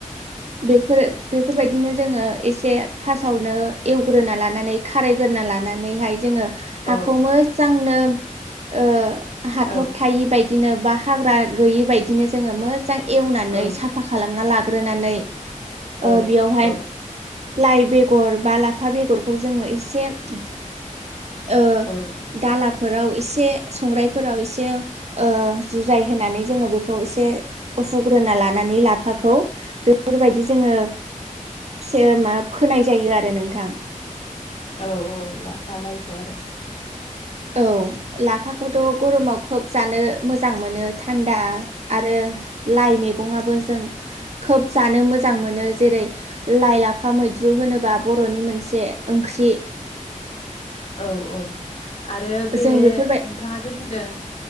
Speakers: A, on the right; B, on the left.
A: बेफोर बेफोरबायदिनो जोङो एसे फासआवनो एवग्रोना ला नानै खारायग्रोना लानानैहाय जोङो हाखौ
B: औ
A: मोजांनो ओ। हाथर
B: औ
A: थायि बायदि बिदिनो बा हाग्रा गैयि बायदिनो जोङो मोजांय एवनानै
B: औ
A: साफा खालामना ला ग्रोनानै ओ
B: औ
A: बेयावहाय
B: औ
A: लाइ बेगर बा ला लाफा बेगरखौ जोङो एसे ओ
B: औ
A: दालाब फोराव एसे संग्रायफोराव एसे ओ जुजाय होनानै जोङो बेखौ एसे उफुग्रोना लाना नै लाफाखौ बेफोरबायदि जोङो सेर मा फोनाय जायो आरो नोंथां।
B: औ - औ लाफा लायखौ आरो।
A: औ लाफाखौथ' गरमाव खोब जानो मोजां मोनो थान्दा आरो लाइ मैगंआबो जों खोब जानो मोज मोजां मोनो जेरै लाइ लाफा मैद्रु होनोबा बर'नि मोनसे ओंख्रि
B: औ - औ। आरो बे
A: जों बेफोरबाय
B: नोंथाङा जे बुंदों